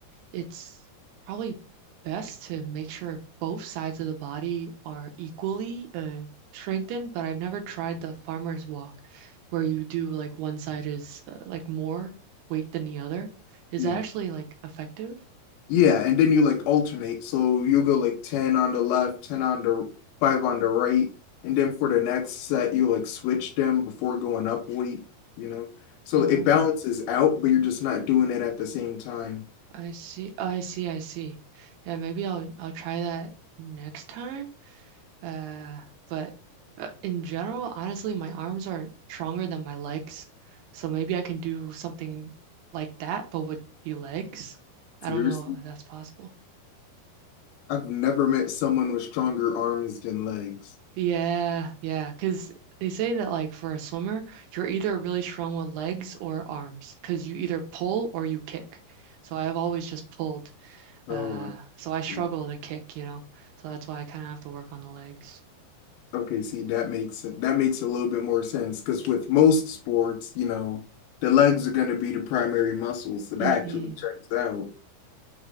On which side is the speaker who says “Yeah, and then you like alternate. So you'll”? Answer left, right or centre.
Left